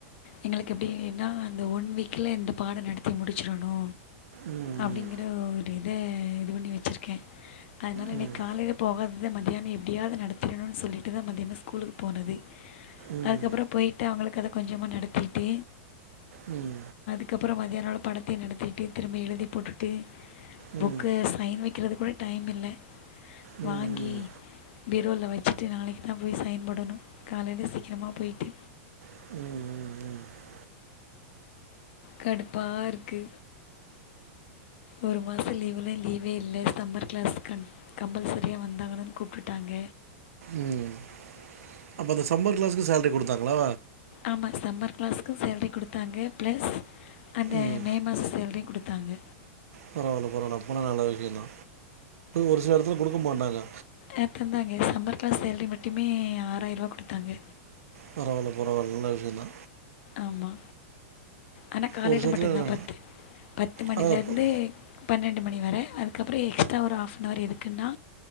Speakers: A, on the left; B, on the right.
A: எங்களுக்கு எப்டின்னா அந்த ஒன் வீக்ல இந்த பாடோ நடத்தி முடிச்சிறணு
B: ம், ம்,
A: அப்டிங்கற ஒரு இத இது பண்ணி வச்சிருக்கே அதனால
B: ம்,
A: இன்னைக்கு காலையில போகாது இத மத்தியானோ எப்டியாது நடத்திரணுன் சொல்லிட்டுதா மதியானோ ஸ்கூலுக்கு போனதே
B: ம்,
A: அதுக்கப்புறோ போய்ட்டு அவுங்களுக்கு அத கொஞ்சமா நடத்திட்டு
B: ம்
A: அதுக்கப்புறோ மத்தியான உட படத்தையு நடத்திட்டு திரும்ப எழுதி போட்டுட்டு
B: ம்,
A: புக்க சைன் வைக்கிறது கூட டைம் இல்ல
B: ம்,
A: வாங் கி பீரோல வச்சுட்டு நாளைக்கு தா போய் சைன் போடணு காலைல சீக்கரமா போயிட்டு
B: ம் ம் ம்
A: கடுப்பா இருக்கு ஒரு மாச லீவுல லீவே இல்ல சம்மர் கிளாஸ் கன் கம்பல்சரியா வந்தாகனுன் கூப்டுட்டாங்க
B: ம் அப்ப அந்த சம்மர் கிளாஸ்க்கு சேலரி குடுத்தாங்களா
A: ஆமா சம்மர் கிளாஸ்க்கு சேல்ரி குடுத்தாங்க பிளஸ் அந்த
B: ம்
A: மே மாச சேல்ரியு குடுத்தாங்க
B: பரவால்ல பரவால்ல அப்போனா நல்ல விஷயந்தா ஒரு சில எடத்துல குடுக்க மாட்டாங்க
A: அ தந்தாங்க சம்மர் கிளாஸ் சேல்ரி மட்டுமே ஆறாய்ரூவா குடுத்தாங்க
B: பரவால்ல பரவால்ல நல்ல விஷயந்தா
A: ஆமா ஆனா காலையில
B: ஒரு சிலத்துல
A: மட்டுதா பத்து பத்து மணிலருந்து
B: அதான் ப-
A: பன்னெண்டு மணி வர அதுக் அதுக்கப்புறோ எக்ஸ்ர்ட்டா ஒரு ஆஃப்னவர் எதுக்குன்னா